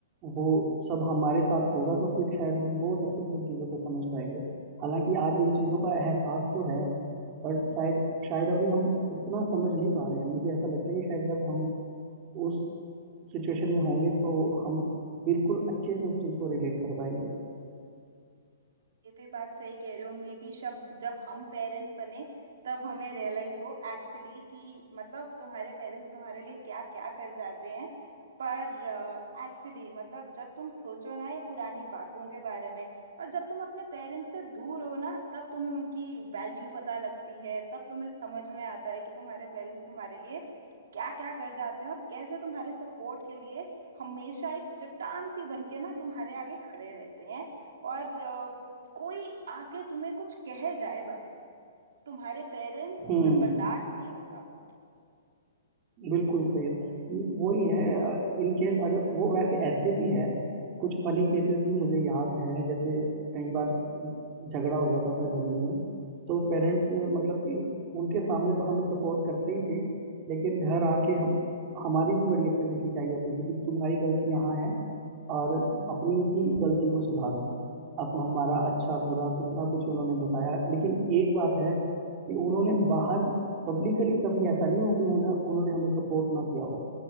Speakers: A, on the right; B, on the right.
A: वो सब हमारे साथ होगा तो फिर शायद हम बहुत अच्छे से उन चीज़ों को समझ पाएंगे हालांकि आज इन चीज़ों का एहसास तो है बट शायद शायद अभी हम उतना समझ नहीं पा रहे हैं मुझे ऐसा लगता है कि शायद जब हम उस सिचुएशन में होंगे तो हम बिल्कुल अच्छे से उस चीज़ को रिलेट कर पाएंगे
B: ये भी बात सही कह रहे हो मे बी शब जब हम पेरेंट्स बने तब हमें रियलाइज हो एक्चुअली कि मतलब तुम्हारे पेरेंट्स तुम्हारे लिए क्या क्या कर जाते हैं पर एक्चुअली मतलब जब तुम सोचो ना ये पुरानी बातों के बारे में और जब तुम अपने पेरेंट्स से दूर हो ना तब तुम्हें उनकी वैल्यू पता लगती है तब तुम्हें समझ में आता है कि तुम्हारे पेरेंट्स तुम्हारे लिए क्या क्या कर जाते हैं और कैसे तुम्हारे सपोर्ट के लिए हमेशा एक चट्टान सी बन के ना तुम्हारे आगे खड़े रहते हैं और अ, कोई आके तुम्हें कुछ कह जाए बस तुम्हारे पेरेंट्स
A: हम्म
B: से बर्दाश्त नहीं होता वो
A: बिल्कुल सही है वही है इन केस अगर वो वैसे ऐसे भी है कुछ फनी केसेस भी मुझे याद हैं जैसे कई बार झगड़ा हो जाता था गली में तो पेरेंट्स मतलब कि उनके सामने तो हमें सपोर्ट करते ही थे लेकिन घर आके हम हमारी भी बड़ी अच्छे से खिंचाई होती थी कि तुम्हारी गलती यहाँ है और अपनी भी गलती को सुधारो अब हमारा अच्छा बुरा कितना कुछ उन्होंने बताया लेकिन एक बात है कि उन्होंने बाहर पब्लिकली कभी ऐसा नहीं हो कि उन्हें उन्होंने हमें सपोर्ट ना किया हो